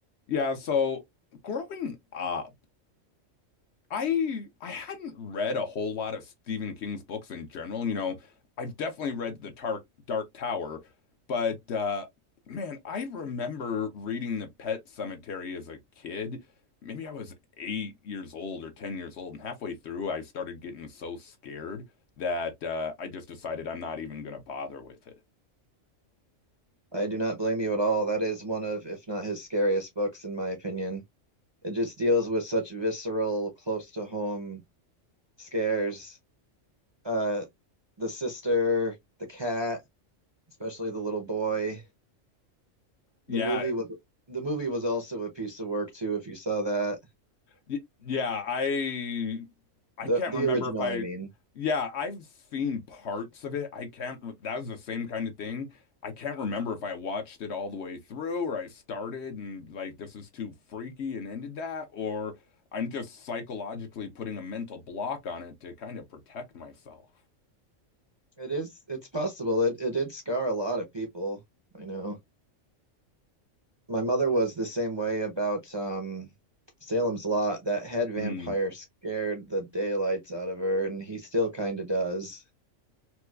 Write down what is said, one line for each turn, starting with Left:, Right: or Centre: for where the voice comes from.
Left: Yeah, so growing up, I I hadn't read a whole lot of Stephen King's books in general. You know, I've definitely read The Dark Dark Tower, but uh man, I remember reading The Pet Cemetery as a kid. Maybe I was eight years old or 10 years old, and halfway through I started getting so scared that uh I just decided I'm not even gonna bother with it.
Right: I do not blame you at all. That is one of, if not his scariest books, in my opinion. It just deals with such visceral, close to home scares. Uh, the sister, the cat, especially the little boy.
Left: Yeah,
Right: The movie was the movie was also a piece of work too, if you saw that.
Left: Y- Yeah, I I
Right: The
Left: can't
Right: the
Left: remember
Right: original,
Left: if I
Right: I mean.
Left: yeah, I've seen parts of it. I can't that was the same kind of thing. I can't remember if I watched it all the way through or I started and like this is too freaky and ended that or I'm just psychologically putting a mental block on it to kind of protect myself.
Right: It is, it's possible. It it did scar a lot of people. I know. My mother was the same way about um Salem's Lot. That head vampire
Left: Hmm.
Right: scared the daylights out of her, and he still kind of does.